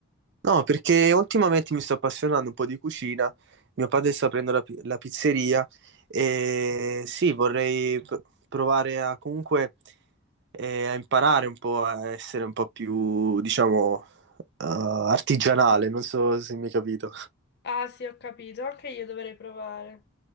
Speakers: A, on the right; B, on the left.
A: No, perché ultimamente mi sto appassionando un po' di cucina. Mio padre sta aprendo la, pi- la pizzeria e sì, vorrei pr- provare a comunque eh, a imparare un po' a essere un po' più, diciamo, eh, artigianale. Non so se mi hai capito.
B: Ah sì, ho capito, anche io dovrei provare.